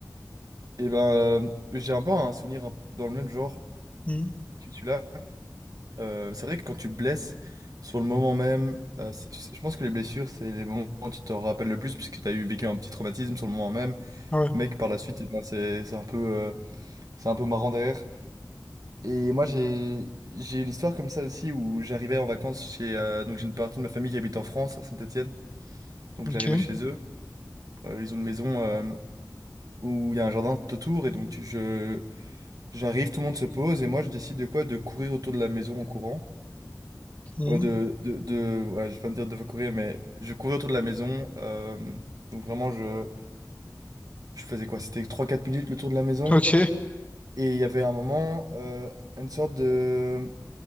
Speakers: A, on the right (about 60°); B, on the left (about 20°).
A: Et ben, euh, j'ai un peu un souvenir un- dans le même genre
B: Hmm.
A: que celui-là. Euh, c'est vrai que quand tu blesses sur le moment même, euh, c'est- c'est- je pense que les blessures, c'est les moments où tu t'en rappelles le plus, puisque tu as eu vécu un petit traumatisme sur le moment même,
B: Ouais,
A: mais que par la suite, eh ben, c'est c'est un peu, euh, c'est un peu marrant derrière. Et moi, j'ai j'ai une histoire comme ça aussi où j'arrivais en vacances chez. euh, donc, j'ai une partie de ma famille qui habite en France, à Saint-Étienne. Donc,
B: ok.
A: j'arrivais chez eux. Euh, ils ont une maison euh, où il y a un jardin tout autour, et donc tu- je, J'arrive, tout le monde se pose et moi je décide de quoi? De courir autour de la maison en courant.
B: Hmm.
A: Euh, de, de, de- ouais, je viens te dire de fois courir, mais je courais autour de la maison. euh, donc vraiment, je, je faisais quoi? C'était trois quatre minutes le tour de la maison.
B: Ok.
A: Et il y avait un moment, euh, une sorte de,